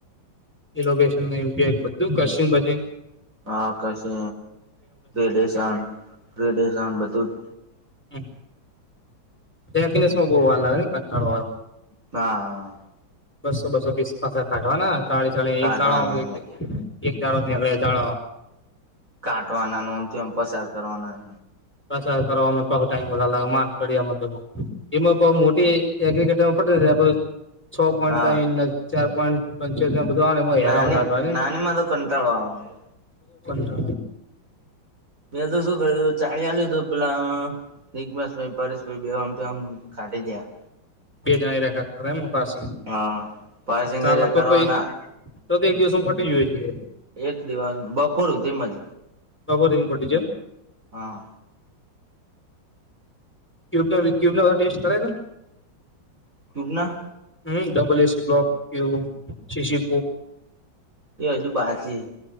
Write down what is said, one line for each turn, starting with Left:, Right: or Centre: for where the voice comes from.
Centre: એ લોકેશન ન એમપી આક બધું ખર્સિંગ ભછિંગ
Right: આકાશે રડેશન રેડેશન બધું જ
Centre: હમ દેખને બહુ વાર લાગે ને કંટાળ
Right: હા
Centre: બસો બસો પીસ પાછ કાઢવાના સાડી ચડી
Right: કાઢવાના
Centre: એક ચળ એક ચ ળ ચળ
Right: કાટવાના ન આમથીમ પસાર કરવાના
Centre: પ્રસાર કરવામાં બહુ ટાઈઇમ બા લાગે ચડિયામાં એમાં બઉ મોટી એગ્રીિકલ્ચરમાં પડ છ પોઈન્ટ
Right: હા
Centre: થ ચાર પોઈન્ટ પંચાયત ના બધા એમાં હયાર
Right: નાની
Centre: થાય
Right: નાની માં તો કંટાળો આવે
Centre: ને
Right: મેં તો શું કર્યુંું ચાાલલ્યું હતું પેલા નિગ્માસ પરેશાઈ બેમમ ઘાઢ ગયા
Centre: બે જ રખા એમ પાછી
Right: હા પારસિંગીરે
Centre: ચાલ
Right: કરવાના
Centre: તો તો તો તો એક દિવસમાં પટી જોઈએ છી
Right: એક દિવસ બપોર ધીમજ
Centre: બપોરે હું પટી જઉ
Right: હા
Centre: ્યુબ ક્યુબના ટેસ્ટ કરેગ
Right: ટૂક ના
Centre: હમ ડબલ એસી બ્લોક શીશી
Right: એ હજુ બાકી